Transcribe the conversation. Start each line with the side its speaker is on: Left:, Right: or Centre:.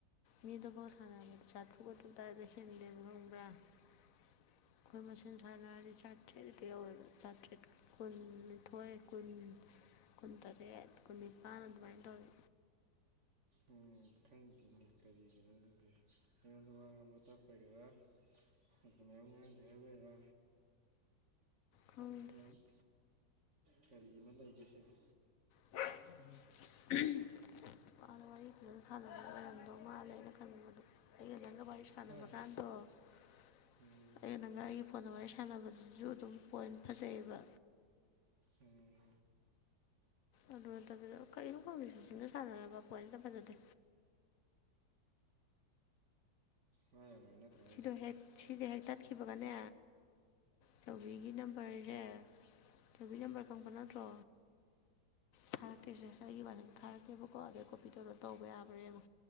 Left: ꯃꯤꯗꯨꯐꯥꯎ ꯁꯥꯟꯅꯕꯗ ꯆꯥꯊꯨꯛ ꯑꯥꯊꯨ ꯇꯥꯏꯗ ꯍꯦꯟꯗꯦꯕ ꯈꯪꯕ꯭ꯔꯥ ꯑꯩꯈꯣꯏ ꯃꯁꯦꯟ ꯁꯥꯟꯅ ꯍꯥꯏꯔꯗꯤ ꯆꯥꯇ꯭ꯔꯦꯠꯇꯗ ꯌꯧꯋꯦꯕ ꯆꯥꯇ꯭ꯔꯦꯠ ꯀꯨꯟ ꯅꯤꯊꯣꯏ ꯀꯨꯟ ꯀꯨꯟ ꯇꯔꯦꯠ ꯀꯨꯟ ꯅꯤꯄꯥꯟꯜ ꯑꯗꯨꯃꯥꯏꯅ ꯇꯧꯋꯤ
Right: ꯎ ꯈꯪꯈꯤꯅꯤ ꯀꯔꯤꯒꯤꯅꯣ ꯑꯗꯨꯗꯤ ꯑꯩꯉꯣꯟꯗ ꯋꯥ ꯉꯥꯡꯕ ꯇꯥꯛꯄꯒꯦꯔꯥ ꯑꯗꯨꯅ ꯃꯌꯨꯝ ꯉꯥꯡꯗ ꯍꯥꯏꯒꯣꯏꯔ
Left: ꯈꯪꯗꯦ
Right: ꯌꯥꯝꯩ ꯀꯔꯤ ꯑꯃ ꯂꯩꯒꯦ ꯁꯤꯅꯦ
Left: <unintelligible> ꯅꯨꯄꯥꯅ ꯋꯥꯔꯤ ꯐꯖꯅ ꯁꯥꯟꯅꯕ ꯑꯣꯏꯔꯝꯗꯧ ꯃꯥꯜꯂꯦ ꯑꯩꯅ ꯈꯟꯅꯤꯡꯕꯗ ꯑꯩꯒ ꯅꯪꯒ ꯋꯥꯔꯤ ꯁꯥꯟꯅꯕ
Right: ꯍꯥ
Left: ꯀꯥꯟꯗꯣ <unintelligible>
Right: ꯎꯝ
Left: ꯑ ꯅꯪꯒ ꯑꯩꯒꯤ ꯐꯣꯟꯒ ꯋꯥꯔꯤ ꯁꯥꯟꯅꯕꯗꯨꯁꯨ ꯑꯗꯨꯝ ꯄꯣꯏꯟ ꯐꯖꯩꯑꯕ
Right: ꯎꯝ
Left: ꯑꯗꯨ ꯅꯠꯇꯕꯤꯗ ꯀꯅꯨꯝꯈꯣꯡꯕꯤꯁꯨꯁꯤꯡꯅ ꯁꯥꯟꯅꯔꯕ ꯄꯣꯏꯅꯤꯇ ꯐꯖꯗꯦ
Right: ꯋꯥ ꯌꯥꯝ ꯉꯥꯡꯅꯗ꯭ꯔꯣ ꯍꯥꯏꯁꯦ
Left: ꯁꯤꯗꯣ ꯍꯦꯛ ꯁꯤꯗ ꯍꯦꯛ ꯇꯠꯈꯤꯕꯒꯅꯦ ꯆꯕꯤꯒꯤ ꯅꯝꯕꯔꯁꯦ ꯆꯤ ꯅꯝꯕꯔ
Right: ꯎꯝ
Left: ꯈꯪꯕ ꯅꯠꯇ꯭ꯔꯣ ꯊꯥꯔꯛꯀꯦꯁꯦ ꯑꯩꯒꯤ ꯋꯥꯗꯁꯨ ꯊꯥꯔꯛꯀꯦꯕꯀꯣ ꯑꯗꯩ ꯀꯣꯄꯤꯗꯣ ꯑꯗꯨ ꯇꯧꯕ ꯌꯥꯕ꯭ꯔꯦꯡꯉꯣ